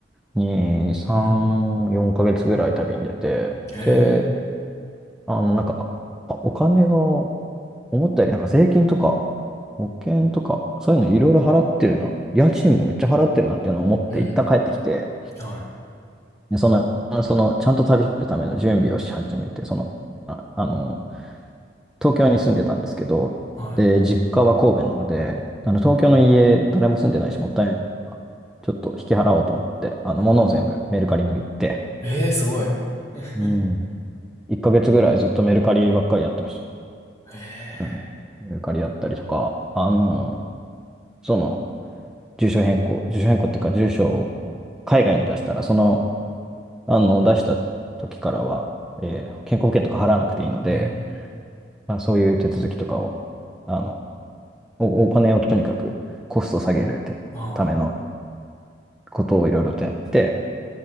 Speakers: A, in the centre; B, on the left.
A: に3、
B: うん。
A: 4ヶ月ぐらい旅に出て、
B: へえ、
A: で、あの、なんか、あお金が思ったよりなんか税金とか、保険とか、そういうのいろいろ払ってるな。家賃もめっちゃ払ってるなっていうのを思って、
B: うん。
A: 一旦帰ってきて、
B: はい、
A: でその、その、ちゃんと旅するための準備をし始めて、その、あ、あの、東京に住んでたんですけど、
B: はい、
A: で、実家は神戸なので、あの、東京の家、誰も住んでないし、もったいないからちょっと引き払おうと思って、あの、
B: はい。
A: 物を全部メルカリに売って、
B: ええ、すごい。<laughs> へ
A: うん。1ヶ月ぐらいずっとメルカリばっかりやってまし
B: え、
A: た。うん。メルカリやったりとか、あの、その、住所変更、住所変更っていうか、住所を海外に出したら、その、あの、出した時からは、えー健康保険とか払わなくていいので、
B: うん。
A: まあ、そういう手続きとかを、あの、お、お金をとにかくコストを下げるってための
B: あ
A: ことをいろいろとやって、